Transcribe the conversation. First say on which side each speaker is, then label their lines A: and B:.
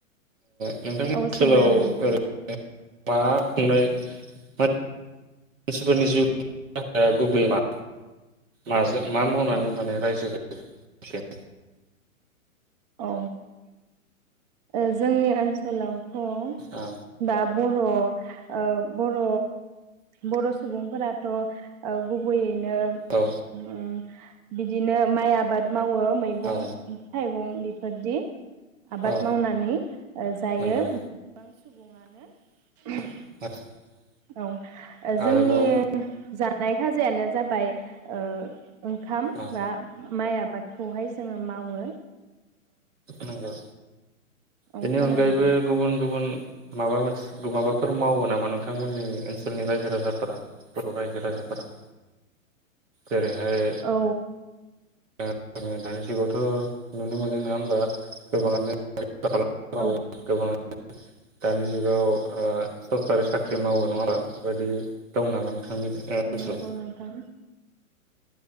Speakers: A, on the right; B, on the right.
A: ओ नोंथांनि
B: औ
A: ओनसोलाव
B: सोंनो हागोन नोंथां।
A: ओरै <unintelligible> मानसिफोरनि जिउ <inaudible> गुबै मा माजों मा मावनानै माने रायजो जायो एसे
B: औ ओ जोंनि ओनसोलाव थ'
A: औ
B: दाब बर' ओ बर' बर' सुबुंफोराथ' ओ गुबैयै नों
A: औ
B: अम बिदिनो माइ आबाद मावो मैगं
A: औ
B: थाइगं बेफोर दि आबाद
A: औ
B: मावनानै ओ जायो
A: नंगौ
B: गोबां सुबुङानो।
A: <unintelligible>
B: औ ओ जोंनि
A: आरोबाव
B: जा नाय खाजायानो जाबाय ओ ओंखाम
A: औ
B: बा माइ आबादखौहाय जोङो मावो‌
A: नंगौ
B: औ
A: बेनि
B: खोनादों
A: अनगायैबो गुबुन गुबुन माबा मोनसे माबाफोर मावो नामा नोंथांमोननि ओनसोलनि रायजो राजाफोरा बर' रायजो राजाफोरा? जेरैहाय
B: औ
A: <unintelligible> दानि जुगावथ' नुनो मोनो नङा होमबा गोबाङानो
B: औ
A: <unintelligible> दानि जुगाव ओ सरखारि साख्रि मावो नङा होनबा बे बायदि दं नामा? नोंथांनि ओनसोलाव
B: नंगौ नोंथां।